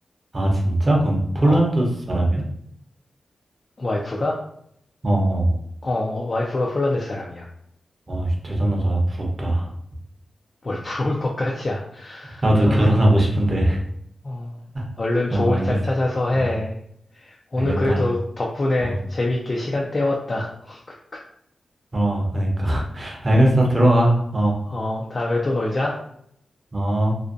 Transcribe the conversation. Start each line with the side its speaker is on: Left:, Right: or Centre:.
Right: 아, 진짜? 그럼 폴란드
Left: 어,
Right: 사람이야?
Left: 와이프가?
Right: 어, 어.
Left: 어, 어, 와이프가 폴란드 사람이야.
Right: 어, 대단하다. 부럽다.
Left: 뭘 부러울 것까지야.
Right: 나도
Left: 아이고,
Right: 결혼하고 싶은데.
Left: 어. 얼른
Right: <laughs>
Left: 좋은
Right: 어, 알겠어.
Left: 짝 찾아서 해.
Right: 어,
Left: 오늘
Right: 알겠다.
Left: 그래도 덕분에
Right: 어,
Left: 재밌게 시간 때웠다. <laughs>
Right: 어, 그러니까. <laughs> 알겠어. 들어가. 어,
Left: 어, 다음에 또 놀자.
Right: 어.